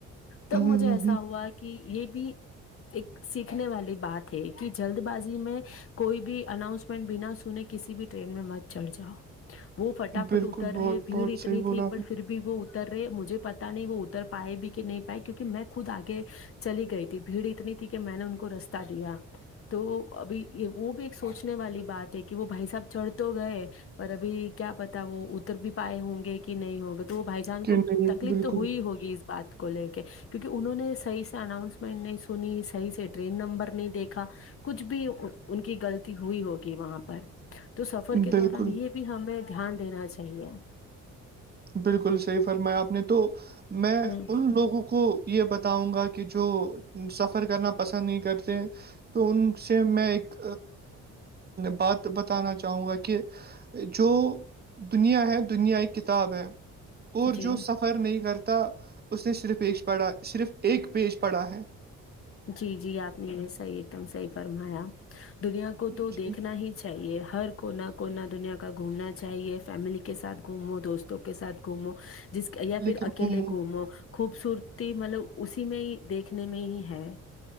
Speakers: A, on the left (about 45°); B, on the right (about 30°).
A: تب
B: ہوں
A: مجھے ایسا
B: ہوں،
A: ہوا کہ یہ بھی ایک سیکھنے والی بات ہے کہ جلد بازی میں کوئی بھی اناؤس بنا سنے کسی بھی ٹرین میں مت چڑھ جاؤ وہ فٹافٹ
B: بالکل
A: اتر
B: بہت
A: رہے بھیڑ
B: بہت
A: اتنی
B: صحیح
A: تھی
B: بولا آپ
A: پر
B: نے
A: پھر بھی وہ اتر رہے مجھے پتا نہیں وہ اتر پائے بھی کہ نہیں پائے کیونکہ میں خود آگے چلی گئی تھی بھیڑ اتنی تھی کہ میں نے ان کو رستہ دیا تو ابھی وہ بھی ایک سوچنے والی بات ہے کہ وہ بھائی صاحب چڑھ تو گئے پر ابھی کیا پتا وہ اتر بھی پائے ہوں گے کہ نہیں ہوگے تو بھائی جان
B: کہ
A: کو
B: نہیں
A: تکلیف
B: بالکل
A: تو ہوئی ہوگی اس بات کو لے کے کیونکہ انہوں نے صحیح سے اناؤنسمنٹ نہیں سنی صحیح سے ٹرین نمبر نہیں دیکھا کچھ بھی ان کی غلطی ہوئی ہوگی وہاں پر تو سفر کے دوران
B: بالکل
A: یہ بھی ہمیں دھیان دینا چاہیے
B: بالکل صحیح فرمایا آپ نے تو میں
A: ہوں
B: ان لوگوں کو یہ بتاؤں گا کہ جو سفر کرنا پسند نہیں کرتے تو ان سے میں ایک بات بتانا چاہوں گا کہ جو دنیا ہے دنیا ہے کے تاب ہے اور
A: جی
B: جو سفر نہیں کرتا اس نے صرف ایک پڑھا صرف ایک پیج پڑا ہے
A: جی جی آپ نے یہ صحیح ایک دم صحیح فرمایا دنیا کو تو
B: جی
A: دیکھنا ہی چاہیے ہر کونا کونا دنیا کا گھومنا چاہیے فیملی کے ساتھ گھومو دوستوں کو کے ساتھ گھومو جس یا
B: لیکن
A: پھر اکیلے
B: گھوموں
A: گھومو خوبصورتی مطلب اسی میں ہی دیکھنے میں ہی ہے